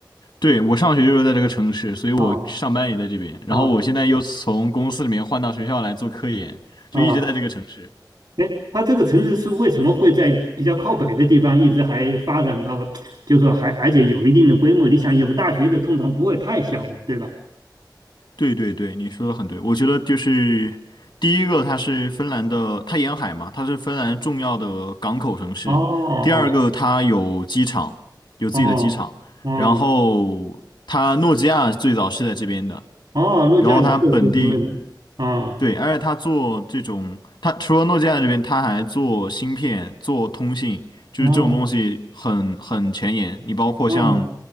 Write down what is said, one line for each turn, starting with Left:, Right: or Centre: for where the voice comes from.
Left: 对，我上学就是在这个城市，所以我上班也在这边，
Right: 啊
Left: 然后我现在又从公司里面换到学校来做科研，
Right: 啊
Left: 就一直在这个城市，
Right: 啊！哎，它这个城市是为什么会在比较靠北的地方一直还发展到，就是说还而且有一定的规模？你想有大学的通常不会太小嘛，对吧？
Left: 对对对，你说的很对。我觉得就是第一个，它是芬兰的，它沿海嘛，它是芬兰重要的港口城市。
Right: 哦哦
Left: 第二个，它有机场，有自己的机场。
Right: 哦，哦，
Left: 然后它诺基亚最早是在这边的，
Right: 哦，陆家与秀就是那里，
Left: 然后它本地。
Right: 啊，
Left: 对，而且他做这种，他除了诺基亚这边，他还做芯片、做通信，就是这种东西很很前沿。
Right: 哦，
Left: 你包括像
Right: 哦，